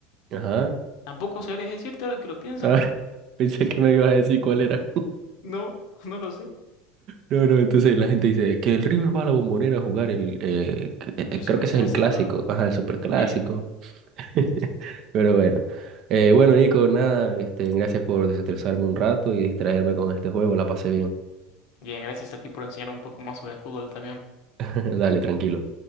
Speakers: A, on the right (about 50°); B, on the left (about 60°).
A: Ajá,
B: tampoco sabría decirte ahora que lo pienso.
A: ah, <laughs> pensé que me ibas a decir cuál era.
B: No, no lo sé.
A: No, no, entonces la gente dice que el River va a la Bombonera a jugar el... eh, que- eh, eh,
B: El
A: creo
B: superclásico,
A: que ese es el clásico, ajá, el superclásico.
B: sí.
A: <laughs> Pero bueno. Eh, bueno, Nico, nada, este, gracias por desestresarme un rato y distraerme con este juego, la pasé bien.
B: Bien, gracias a ti por enseñarme un poco más sobre fútbol también.
A: <laughs> Dale, tranquilo.